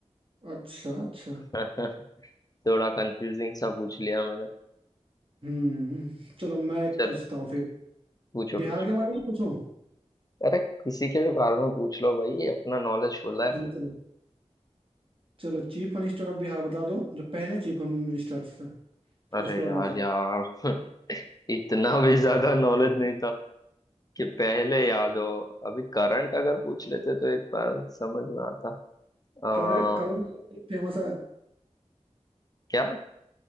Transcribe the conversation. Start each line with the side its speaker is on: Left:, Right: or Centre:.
Right: अच्छा अच्छा
Left: <laughs> थोड़ा कंफ्यूजिंग सा पूछ लिया मैंने
Right: हम्म चलो मैं एक
Left: चलो
Right: पूछता हूँ फिर
Left: पूछो
Right: बिहार
Left: पूछो
Right: के बारे में पूछूं
Left: अरे किसी के भी बारे में पूछ लो भाई अपना नॉलेज फुल है
Right: चलो चलो चीफ मिनिस्टर ऑफ बिहार बता दो जो पहले चीफ मिनिस्टर थे
Left: अरे
Right: इसके बारे
Left: यार
Right: में बता
Left: यार <laughs> इतना भी ज्यादा नॉलेज नहीं था कि पहले याद हो अभी करंट अगर पूछ लेते तो एक बार समझ में आता आ,
Right: करंट करंट फेमस है
Left: क्या